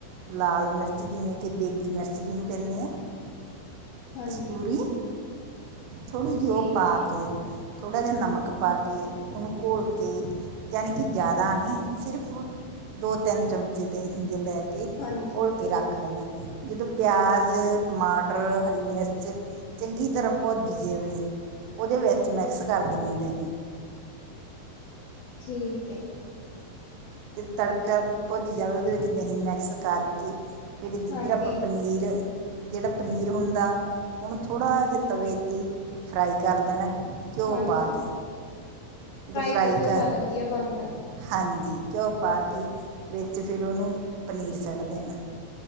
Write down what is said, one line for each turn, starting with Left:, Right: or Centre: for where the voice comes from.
Right: ਲਾਲ ਮਿਰਚ ਜਿਮੇ ਕੇ ਦੇਗੀ ਮਿਰਚ ਜੀਨੂੰ ਕੇਨੇ ਆ।
Left: ਹਾਂਜੀ
Right: ਕਸਤੂਰੀ। ਥੋੜ੍ਹੀ ਜੀ
Left: ਠੀਕ
Right: ਉਹ ਪਾ
Left: ਹੈ
Right: ਕੇ, ਥੋੜ੍ਹਾ ਜਿਆ ਨਮਕ ਪਾ ਕੇ
Left: ਹਾਂਜੀ
Right: ਉਹਨੂੰ ਘੋਲ ਕੇ ਜਾਦਾ ਨੀ, ਸਿਰਫ ਦੋ- ਤਿੰਨ ਚਮਚੇ ਦਹੀਂ ਦੇ ਲੈਕੇ
Left: ਹਾਂਜੀ
Right: ਘੋਲ ਕੇ ਰੱਖ ਲੈਣਾ, ਜਦੋਂ ਪਿਆਜ਼, ਟਮਾਟਰ, ਹਰੀ ਮਿਰਚ ਚੰਗੀ ਤਰ੍ਹਾਂ ਭੁੱਜ ਜਵੇ, ਓਦੇ ਵਿੱਚ ਮਿਕਸ ਕਰ ਦੇਣੀ ਆ ਦਹੀਂ।
Left: ਠੀਕ ਐ।
Right: ਜੇ ਤੜਕਾ ਭੁੱਜ ਜਾਵੇ ਓਦੇ ਵਿੱਚ ਦਹੀਂ ਮਿਕਸ ਕਰਕੇ ਫਿਰ ਜਿੱਧਰ
Left: ਹਾਂਜੀ
Right: ਆਪਾਂ ਪਨੀਰ। ਜੇੜਾ ਪਨੀਰ ਹੁੰਦਾ, ਓਨੂੰ ਥੋੜ੍ਹਾ ਜਿਆ ਤਵੇ ਤੇ ਈ ਫਰਾਈ ਕਰ ਲੈਣਾ, ਘਿਓ
Left: ਹਾਂਜੀ
Right: ਪਾ ਕੇ ਜਦੋਂ ਫਰਾਈ
Left: ਕਰਕੇ ਉਹ
Right: ਕਹ,
Left: ਜ਼ਿਆਦਾ ਵਧੀਆ ਬਣਦਾ ਹੈ
Right: ਹਾਂਜੀ ਘਿਓ ਪਾ ਕੇ ਵਿੱਚ ਫਿਰ ਓਨੂੰ ਪਨੀਰ ਸਿੱਟ ਦੇਣਾ।